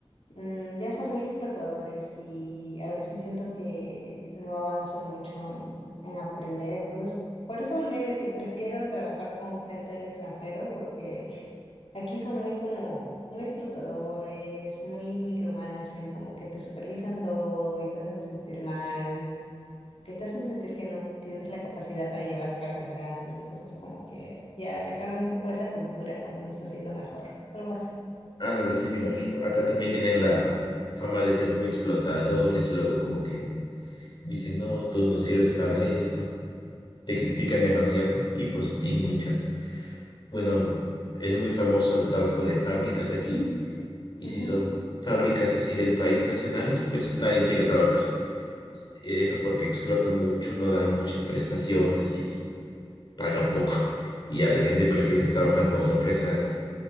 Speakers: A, on the left (about 80°); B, on the left (about 50°).
A: mm, ya son muy explotadores y a veces siento que no avanzo mucho en, en aprender, entonces... Por eso medio que prefiero trabajar con gente del extranjero porque Aquí son muy como, muy explotadores, muy micromanagement, como que te supervisan todo y te hacen sentir mal, que te hacen sentir que no tienes la capacidad para llevar cargas grandes, entonces como que ya alejarme un poco de esa cultura como me está haciendo mejor, algo así.
B: Ándale, sí, me imagino. Acá también tienen la fama de ser muy explotadores, luego como que dicen, no, tú no sirves para esto. te critican demasiado. Y pues sí, muchas. Bueno, es muy famoso el trabajo de fábricas aquí. Y
A: Ujú.
B: si son fábricas así del país nacionales, pues nadie quiere trabajar. Eso porque explotan mucho, no dan muchas prestaciones y pagan poco. <laughs> Y ya la gente prefiere trabajar con empresas